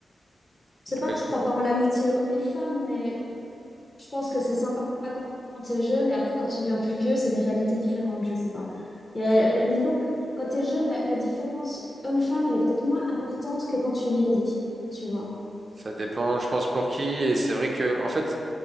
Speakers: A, on the left; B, on the right.
A: c'est
B: Ouais.
A: pas que je crois pas en l'amitié hommes et femmes, mais Je pense que c'est sympa quand quand t'es jeune et après quand tu deviens plus vieux, c'est des réalités différentes, je sais pas. Il y a- euh, disons que quand t'es jeune, la, la différence homme-femme, elle est peut-être moins importante que quand tu vieillis, tu vois.
B: Ça dépend, je pense, pour qui. Et c'est vrai que, en fait,